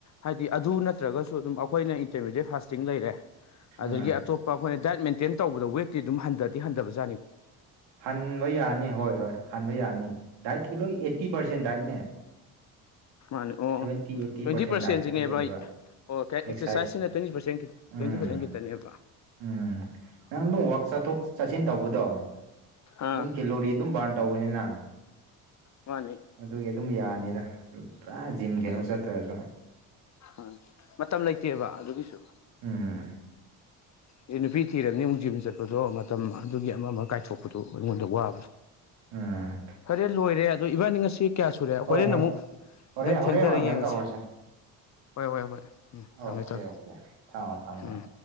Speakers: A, on the left (about 40°); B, on the right (about 75°).
A: ꯍꯥꯏꯗꯤ ꯑꯗꯨ ꯅꯠꯇ꯭ꯔꯒꯁꯨ ꯑꯗꯨꯝ ꯑꯩꯈꯣꯏꯅ ꯏꯟꯇꯔꯃꯦꯗꯤꯦꯠ ꯐꯥꯁꯇꯤꯡ ꯂꯩꯔꯦ ꯑꯗꯒꯤ
B: ꯑꯥ
A: ꯑꯇꯣꯞꯄ ꯑꯩꯈꯣꯏꯅ ꯗꯥꯏꯠ ꯃꯦꯟꯇꯦꯟ ꯇꯧꯕꯗ ꯋꯦꯠꯇꯤ ꯑꯗꯨꯝ ꯍꯟꯊꯗꯤ ꯍꯟꯊꯕꯖꯥꯅꯤ
B: ꯍꯟꯕ ꯌꯥꯅꯤ ꯍꯣꯏ ꯍꯣꯏ ꯍꯟꯕ ꯌꯥꯅꯤ ꯗꯥꯏꯠꯀꯤ ꯂꯣꯏ ꯑꯩꯠꯇꯤ ꯄꯥꯔꯁꯦꯟ ꯗꯥꯏꯠꯅꯦ
A: ꯃꯥꯅꯦ ꯑꯣ
B: ꯁꯚꯦꯟꯇꯤ ꯑꯩꯠꯇꯤ
A: ꯇ꯭ꯋꯦꯟꯇꯤ
B: ꯄꯥꯔꯁꯦꯟ
A: ꯄꯥꯔꯁꯦꯟꯁꯤꯅꯦ
B: ꯗꯥꯏꯠꯇ ꯂꯩꯌꯦꯕ
A: ꯚꯥꯏ ꯑꯣ ꯑꯦꯛꯁꯔꯁꯥꯏꯁꯁꯤꯅ
B: ꯑꯦꯛꯁꯔꯁꯥꯏꯁ
A: ꯇ꯭ꯋꯦꯟꯇꯤ ꯄꯔ
B: ꯎꯝ
A: ꯇ꯭ꯋꯦꯟꯇꯤ ꯄꯔꯁꯦꯟ ꯇꯅꯦꯕ
B: ꯎꯝ ꯅꯪ ꯑꯗꯨꯝ ꯋꯥꯛ ꯆꯠꯊꯣꯛ ꯆꯠꯁꯤꯟ ꯇꯧꯕꯗꯣ
A: ꯑꯥ
B: ꯑꯗꯨꯝ ꯀꯤꯂꯣꯔꯤ ꯑꯗꯨꯝ ꯕꯥꯔꯟ ꯇꯧ ꯇꯧꯅꯤꯅ
A: ꯃꯥꯅꯦ
B: ꯑꯗꯨꯒꯤ ꯑꯗꯨꯝ ꯌꯥꯅꯤꯗ ꯖꯤꯝ ꯀꯩꯅꯣ
A: ꯎꯝ
B: ꯆꯠꯇ꯭ꯔꯁꯨ
A: ꯎꯝ ꯃꯇꯝ ꯂꯩꯇꯦꯕ ꯑꯗꯨꯒꯤꯁꯨ
B: ꯎꯝ
A: ꯍꯦ ꯐꯤ ꯊꯤꯔꯕꯅꯤ ꯑꯃꯨꯛ ꯖꯤꯕꯟ ꯆꯠꯄꯗꯣ ꯃꯇꯝ ꯑꯗꯨꯒꯤ ꯑꯃ ꯑꯃ ꯀꯥꯏꯊꯣꯛꯄꯗꯨꯣ ꯑꯩꯉꯣꯟꯗ ꯋꯥꯕꯗ
B: ꯑ
A: ꯈꯔꯦ ꯂꯣꯏꯔꯦ ꯑꯗꯣ ꯏꯕꯥꯅꯤ ꯉꯁꯤ ꯀꯌꯥ ꯁꯨꯔꯦ ꯍꯣꯔꯦꯟ
B: ꯍꯣꯏ ꯍꯣꯏ
A: ꯑꯃꯨꯛ
B: ꯍꯣꯔꯦꯟ
A: ꯈꯤꯇꯪ ꯊꯦꯡꯊꯔ
B: ꯍꯣꯔꯦꯟ ꯑꯣꯏꯅ
A: ꯌꯦꯡꯉꯁꯦ
B: ꯀꯩꯅꯣ ꯇꯧꯔꯁꯦ
A: ꯍꯣꯏ ꯍꯣꯏ ꯍꯣꯏ ꯎꯝ ꯊꯃꯦ
B: ꯑꯣꯀꯦ
A: ꯆ
B: ꯑꯣꯀꯦ ꯊꯝꯃꯣ ꯊꯝꯃꯣ
A: ꯎꯝ